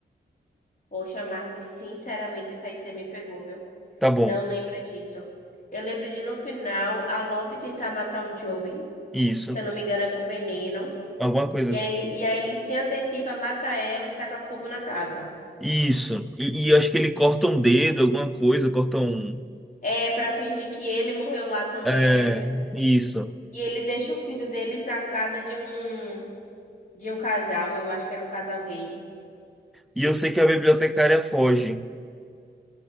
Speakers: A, on the left; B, in the centre.
A: Poxa, Marcos, sinceramente, essa aí você me pegou, viu?
B: Tá bom,
A: Não lembro disso. Eu lembro de no final a Love tentar matar o Joey,
B: isso.
A: se eu não me engano, é com veneno.
B: Alguma coisa
A: E
B: assim.
A: aí ele, e aí ele se antecipa, mata ela e taca fogo na casa.
B: Isso. E, e eu acho que ele corta um dedo, alguma coisa, corta um.
A: É pra fingir que ele morreu lá também,
B: É,
A: né?
B: isso.
A: E ele deixa o filho deles na casa de um de um casal, eu acho que era um casal gay.
B: E eu sei que a bibliotecária foge.